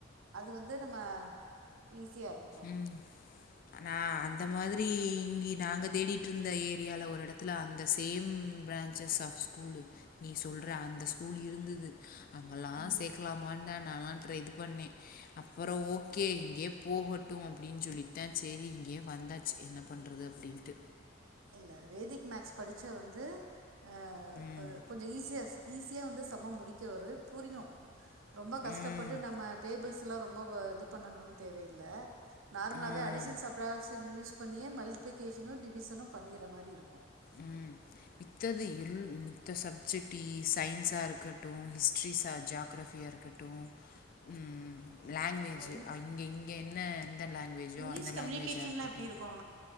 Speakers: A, on the right; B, on the left.
A: அது வந்து நம்ம ஈஸியா இருக்கு
B: ம் நா அந்த மாதிரி இங்கி நாங்க தேடிட்டு இருந்த ஏரியால ஒரு இடத்துல அந்த same branches of school நீ சொல்ற அந்த ஸ்கூல் இருந்துது அங்கெல்லா
A: ம்
B: சேக்கலாமா தா நலா ட்ர இது பண்ணே அப்புற ஓகே இங்யே போகட் டு அப்டின்னு சொல்லிட்தா சேரி இங்கேயே வந்தாச்சு என்ன பண்ணறது அப்டின்ட்டு
A: இல்ல வேதிக் மேக்ஸ் படிச்ச வந்து அ
B: ம்
A: அ கொஞ்ச ஈஸியாஸ் ஈஸியா வந்து சம்ம முடிக்க ஒரு புரியு ரொம்ப கஷ்டப்பட்டு
B: ம்
A: நம்ம டேபிள்ஸ் இதுல ரொம்ப இது பண்ணணுன்னு தேவ இல்ல நார்மலாவே
B: ஆ
A: அடிசன் சப்ரக்சன் யூஸ் பண்ணி யே மல்டிபிகேஷனு டிவிசனு பண்ணிற மாரி இருக்கு
B: ம் மித்தது எள் ம் மத்த சப்ஜெக்டி சயின்சா இருக்கட்டு ஹிஸ்ட்ரிஸா ஜாகரஃபிய இருக்கட்டு ம் லாங்வேஜு
A: ஓ இங்-
B: ஆ இங்க இங்க என்ன எந்த லாங் வேஜோ
A: இங்கிலீஷ்
B: அந்த லாங்குவவேஜா
A: கம்யூனிகேஷன்லாம்
B: இருக்கட்டு
A: எப்படி இருக்கும்